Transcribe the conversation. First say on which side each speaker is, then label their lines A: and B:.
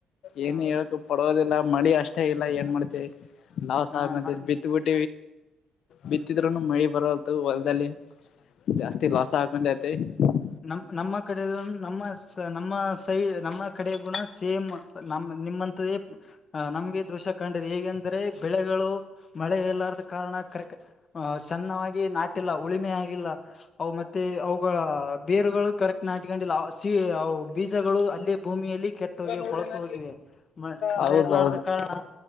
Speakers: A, on the left (about 40°); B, on the left (about 70°).
A: ಹ
B: ಏನು ಹೇಳಕು ಪಡೋದಿಲ್ಲ. ಮಳಿ ಅಷ್ಟೇ ಇಲ್ಲ ಏನ್ ಮಾಡ್ತತಿ ಲಾವಸ್
A: ಹ
B: ಆಗ ಬಿತ್ ಬಿಟ್ಟ. ಟಿವ ಬಿತ್ತಿದ್ೂನು ಮಳಿ ಬರಲ್ ಹೊಲ್ದಲ್ಲಿ ಜಾಸ್ತಿ ಲಾಸ್ ಆಗ್ತ. <inaudible>
A: ನಮ ನಮ್ಮ ಕಡೆ ನಮ್ಮ ನಮ್ಮ ಸೈಡ್ ನಮ್ಮ ಕಡೆ ಗುಣ. ಸೇಮ್ ನ ನಿಮ್ಮಂತೇ ನಮ್ಗೆ ದೃಶ್ಯ ಕಂಡ ಹೇಗೆ. ಆದರೆ ಬೆಳೆಗಳು ಮಳೆ ಇಲ್ಲಾರದ ಕಾರಣ ಕ ಚೆನ್ನಾಗಿ ನಾಟಿಲ್ಲವು. ಉಳಿಮೆ ಹಾಗಿಿಲ್ಲ. ಅವು ಮತ್ತೆ ಅವುಗಳ ಬೇರುಗಳು ಕರೆಕ್ಟ್ ನಾಟ್ಕೊಂಡಿಲ್ಲ ಅವು ಬೀಜಗಳು ಅಲ್ಲೇ ಭೂಮಿಯಲ್ಲಿ. ಕೆಟ್ಟ ಹೋಗಿವೆ
B: ೂಲ್ಲಿ
A: ಕೊಳತು ಹೋಗಿವೆ ಮ ಮಳೆ
B: ಹೌದೌ
A: ಇರ್ಲಾರ್ದ ಕಾರಣ